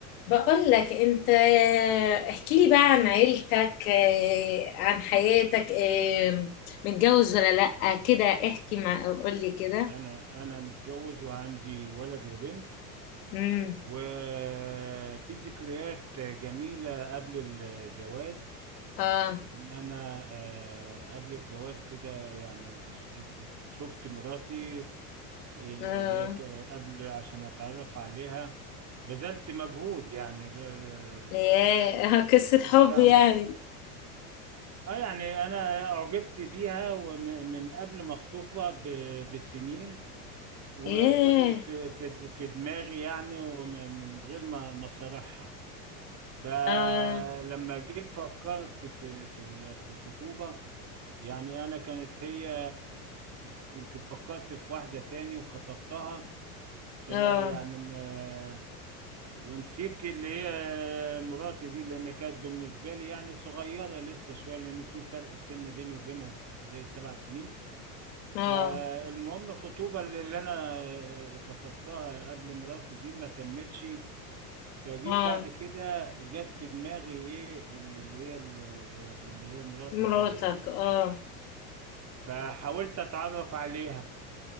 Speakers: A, on the left; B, on the right.
A: بقول لك انت احكي لي بقى عن عيلتك آه، عن حياتك آه، متجوز ولا لأ كده احكي مع قول لي كده
B: انا انا متجوز وعندي ولد وبنت
A: امم
B: وفي ذكريات جميلة قبل الجواز
A: اه
B: لان انا آه، قبل الجواز كده يعني ش- شفت مراتي ال-
A: اه
B: اللي هي ك- قبل عشان اتعرف عليها بذلت مجهود يعني آه،
A: ياه <laughs> قصة حب
B: شفتها
A: يعني
B: م- اه يعني انا اعجبت بيها ومن قبل ما اخطبها ب- بسنين وفضلت
A: ياه
B: في في في دماغي يعني ومن غير ما ما صارحها فلما
A: اه
B: جيت فكرت في في ال- في الخطوبة يعني أنا كانت هي يمكن فكرت في واحدة تاني وخطبتها فلا
A: اه
B: يعني ما ونسيت اللي هي مراتي دي لأن كانت بالنسبة لي يعني صغيرة لسه شوية لأن في فرق سن بيني وبينها زي سبع سنين
A: اه
B: فالمهم الخطوبة اللي انا خطبتها قبل مراتي دي ما تمتش فجيت
A: اه
B: بعد كده جت في دماغي ايه اللي هي اللي هي مراتي
A: مراتك
B: حاليا
A: اه
B: فحاولت اتعرف عليها